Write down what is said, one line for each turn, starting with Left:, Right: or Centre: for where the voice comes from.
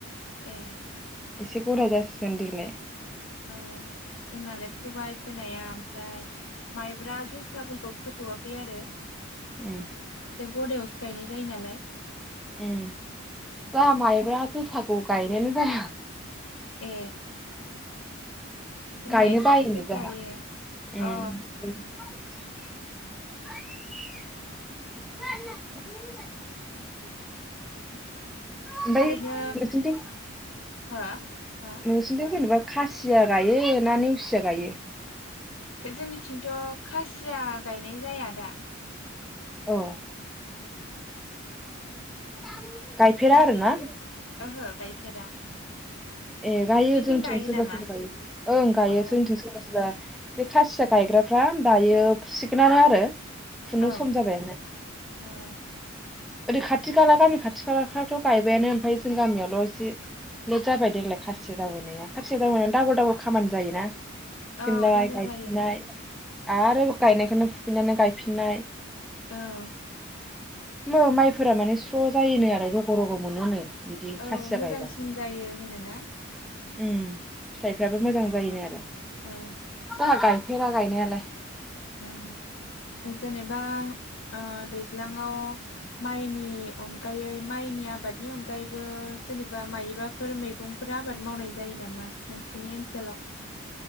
Left: ए
Centre: एसे गदाय जासिगोन देग्लाय
Left: औ जोंनालाय फोबाय फोनाया ओमफ्राय माइब्रा जोसाफोरखौ फोथवाखै आरो
Centre: ओम
Left: एसे गदायावसो गायनाय जायो नालाय
Centre: ओम जोंहा माइब्रा जोसाखौ गायनायानो जाया
Left: ए जोंना
Centre: गायनो
Left: एसे
Centre: बायोनो
Left: एसे
Centre: जाहा
Left: गायो
Centre: ओमफ्राय
Left: अ
Centre: <unintelligible> <unintelligible>
Left: ओरैनो
Centre: ओमफाय नोंसिनिथिं
Left: हो हो
Centre: नोंसिनिथिं जेनेबा खासिया गायो ना नेवसिया गायो?
Left: खो जोंनिथिंथ खासिया गायनाय जाया दा।
Centre: औ <inaudible> गायफेरा
Left: नोंसिनि
Centre: आरो ना?
Left: ओहो गायफेरा ओहो।
Centre: ए गायो
Left: नोंसिनिथिं
Centre: जोंथि
Left: गायो
Centre: सोरबा
Left: नामा
Centre: सोरबा गायो ओं गायो
Left: अ
Centre: जोंथि सोरबा सोरबा खासिया गायग्राफ्रा दायो फुसिगोनानो आरो फुनो
Left: औ
Centre: सम जाबायानो।
Left: औ
Centre: ओरै खाथि खाला गामि खाथि खालाफ्रावथ गायबायानो ओमफ्राय जों गामियावल' एसे लेट जाबाय देग्लाय खासिया जावैनाया खासिया जावैनाय दाबल दाबल खामानि जायोना। फुफिननाय
Left: औ डाबल
Centre: गायफिननाय
Left: जायो।
Centre: आरो गायनायखौनो फुफिननानै गायफिननाय
Left: औ
Centre: मो माइफोरा माने स्र' जायोनो आरो रग' रग' मोनोनो। बिदि
Left: औ
Centre: खासिया
Left: मोजांसिन
Centre: गायबा
Left: जायो होनोना?
Centre: उम फिथाइफ्राबो मोजां जायोनो आरो।
Left: औ।
Centre: जोंहा गायफेरा गायनायालाय।
Left: औ जेनेबा ओ दैज ज्लाङाव माइनि नि अनगायै माइनि आबाद नि अनगायैबो जेनेबा मायबाफोर मैगंफोर आबाद मावनाय जायो नामा नोंसिनि ओनसोलाव?